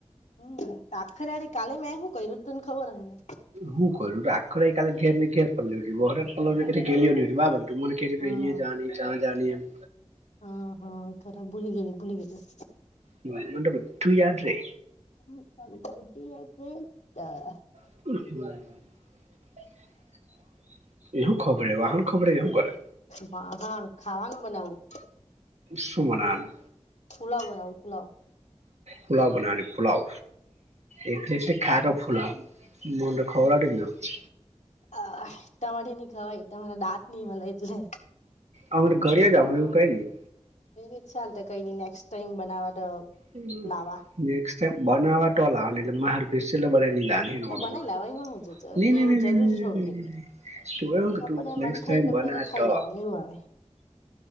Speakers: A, on the left; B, on the right.
A: હમ્મ આખરેડી કાલે મે શું ક્યું તું ને ખબર હને?
B: હું ક્યું રાખરે કાલે ઘેર ને ઘેર પડ ઉ બોરા પડ ગેલી ડુમન કેઈ
A: હા
B: એ જણી ચયાં જણીમ.
A: હા હા ખરા ભૂલી ગેલી ભૂલી ગેલી.
B: હ બધધું યાદ રે.
A: <unintelligible>
B: <inaudible> એવું ખબરે વાહન ખબરે એહુ કરે.
A: હ હા ખાવાનું બનાવવું.
B: શુ બનવાના?
A: પુલાવ બનાવું પુલાવ.
B: પુલાવ બનાવવાની પુલાવ. એ ખાટો પુલાવ મન તો ખવડાવતી પણ નથી.
A: આ તમારે ની ખવાય તમારા દાંત નઈ મલે એટલે.
B: અમને ઘડી જાવું એવું કઈ નઈ.
A: એ ચાલત કઈ નઈ નેક્સ્ટ ટાઈમ બનાવા તો
B: હમ્મ
A: લાવા
B: નેક્સ ટાઈમ બનાવે તો લાવાની એટલ માર પીસીએલ બનાઈ ને નઇ
A: એટલે
B: લાવાની.
A: બનાવી લાવવા એમાં હું છે,
B: ની ની
A: એવું જરૂરી
B: ની ની <unintelligible>
A: છોડું છે
B: તું એ હું કીધું
A: આપડે
B: નેકસ
A: મન
B: ટાઈમ
A: થાય એટલે
B: બનાવે
A: બધાને ખાઈ
B: તો.
A: લેવાનું એવું આવે